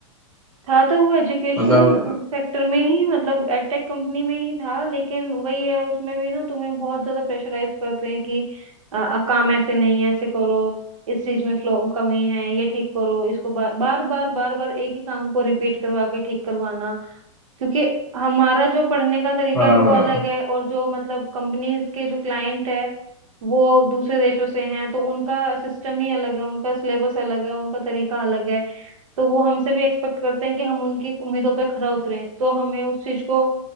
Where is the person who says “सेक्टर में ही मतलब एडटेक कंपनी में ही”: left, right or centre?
Right